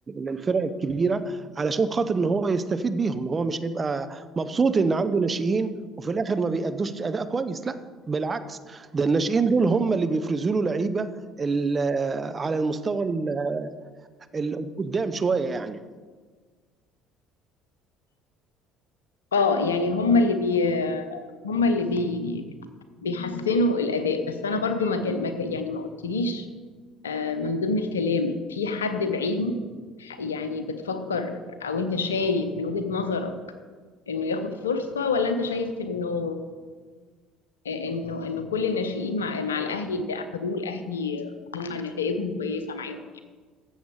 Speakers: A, on the right; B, on the left.
A: الفرق الكبيره علشان خاطر ان هو يستفيد بيهم هو مش هيبقى مبسوط ان عنده ناشئين وفي الاخر ما بيأدوش اداء كويس لا بالعكس ده الناشئين دول هم اللي بيفرزوا له لعيبه ال- على المستوى ال- ال- قدام شويه يعني
B: اه يعني هم اللي بي هم اللي بي بيحسنوا الاداء بس انا برضو ما كان ما كان- يعني ما قلتليش آه، من ضمن الكلام في حد بعينه يعني بتفكر او انت شايف من وجهة نظرك انه ياخد فرصة ولا انت شايف انه آه، انه انه كل الناشئين مع مع الاهلي اللي اخدوه الاهلي هم نتائجهم كويسة معاهم